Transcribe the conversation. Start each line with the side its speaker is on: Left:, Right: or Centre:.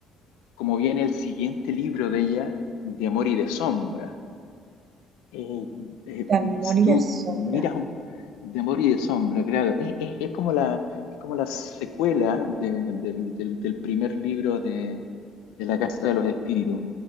Left: como viene el siguiente libro de ella, De Amor y de Sombra. Eh, eh,
Right: De amor
Left: si
Right: y
Left: tú
Right: de sombra.
Left: miras un- de Amor y de Sombra, claro, es, es- es como la, es como la secuela de- del, del- del primer libro de, de La Casa de los Espíritus.